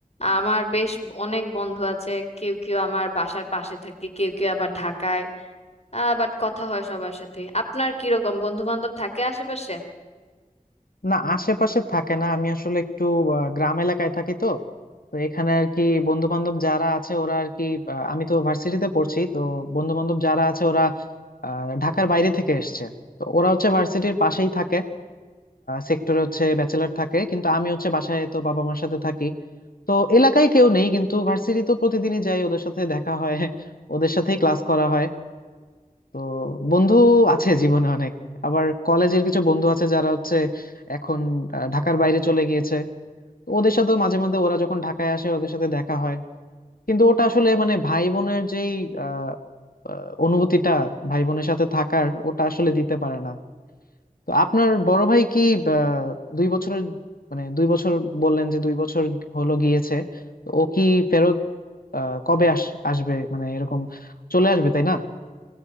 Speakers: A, on the left; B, on the left.
A: আমার বেশ অনেক বন্ধু আছে কেউ কেউ আমার বাসার পাশে থাকে কেউ কেউ আবার ঢাকায় বাট কথা হয় সবার সাথে আপনার কিরকম বন্ধু বান্ধব থাকে আশেপাশে
B: না আশেপাশে থাকে না আমি আসলে একটু আহ, গ্রাম এলাকায় থাকি তো তো এখানে আর কি বন্ধু বান্ধব যারা আছে ওরা আর কি আহ, আমি তো ভার্সিটিতে পড়ছি তো বন্ধু বান্ধব যারা আছে ওরা আহ, ঢাকার বাইরে থেকে এসছে তো ওরা হচ্ছে ভার্সিটির পাশেই থাকে সেক্টরে হচ্ছে ব্যাচেলার থাকে কিন্তু আমি হচ্ছে বাসায় তো বাবা মার সাথে থাকি তো এলাকায় কেউ নেই কিন্তু ভার্সিটি তো প্রতিদিনই যাই ওদের সাথে দেখা হয় ওদের সাথেই ক্লাস করা হয় তো বন্ধু আছে জীবনে অনেক আবার কলেজের কিছু বন্ধু আছে যারা হচ্ছে এখন আহ, ঢাকার বাইরে চলে গিয়েছে তো ওদের সাথেও মাঝে মাঝে ওরা যখন ঢাকায় আসে ওদের সাথে দেখা হয় কিন্তু ওটা আসলে মানে ভাই বোনের যেই আহ, আহ, অনুভূতিটা ভাই বোনের সাথে থাকার ওটা আসলে দিতে পারে না তো আপনার বড় ভাই কি আহ, দুই বছরের মানে দুই বছর বললেন যে দুই বছর হলো গিয়েছে তো ও কি ফেরত আহ, কবে আস আসবে মানে এরকম চলে আসবে তাই না